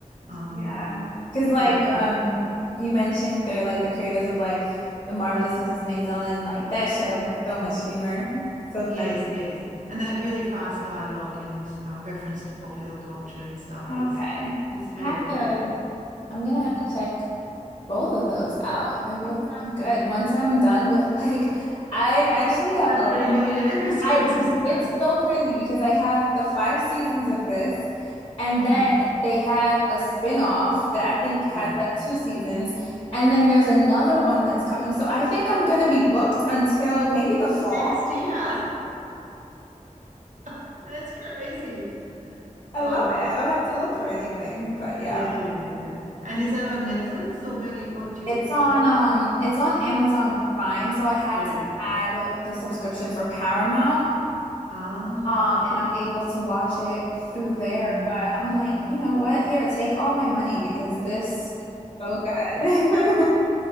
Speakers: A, on the right; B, on the left.
A: um,
B: Yeah, because
A: that's
B: like,
A: an added,
B: um, you mentioned they're like the creators of like the Marvelous Mrs. Maisel, and like that
A: yeah.
B: show has so much humor, so funny.
A: Yes, yes. And that really fast dialogue and um, reference to popular culture and stuff
B: Okay.
A: is is really
B: I have
A: great.
B: to, I'm gonna
A: Mm.
B: have to check both of those out. They both
A: Yep.
B: sound good. Once I'm done with <laughs> like, I actually have a,
A: The three million <laughs> episodes
B: I,
A: of stuff.
B: it's so crazy because I have the five seasons of this, and
A: Mm.
B: then they have a spin-off that I think has
A: Oh my
B: like
A: God.
B: two seasons, and then there's another one that's coming. So I think I'm gonna be booked until maybe the fall.
A: Next year. <laughs> That's crazy.
B: I
A: Wow.
B: love it. I don't have to look for anything, but yeah.
A: Yeah, yeah, yeah. And is that on Netflix or where do you what do you
B: It's
A: what
B: on
A: platform?
B: um it's on Amazon Prime, so I had
A: Yeah.
B: to add the subscription for Paramount.
A: Ah,
B: Um,
A: okay.
B: and I'm able to watch it through there.
A: Mm,
B: But I'm like,
A: mm.
B: you know what? Here, take all my money because this is so good.